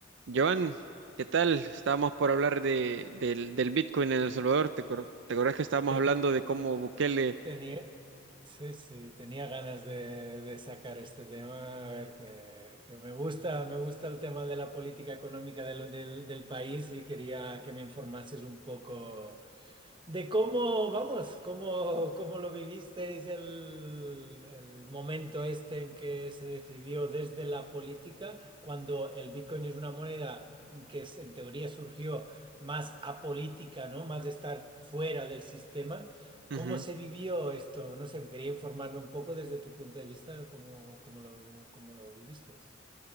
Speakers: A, on the right; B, on the right.
A: Joan, ¿qué tal? Estábamos por hablar de, del, del Bitcoin en El Salvador. ¿Te, acor- te acordás que estábamos
B: Teni-
A: hablando de cómo Bukele...
B: tenía, sí, sí, tenía ganas de, de sacar este tema, a ver, que, que me gusta, me gusta el tema de la política económica del, del, del país y quería que me informases un poco de cómo, vamos, cómo, cómo lo vivisteis el, el momento este en que se decidió desde la política, cuando el Bitcoin es una moneda que es- en teoría surgió más apolítica, ¿no? Más de estar fuera del sistema. ¿Cómo
A: Ujú.
B: se vivió esto? No sé, quería informarme un poco desde tu punto de vista, cómo, cómo lo, cómo lo vivisteis.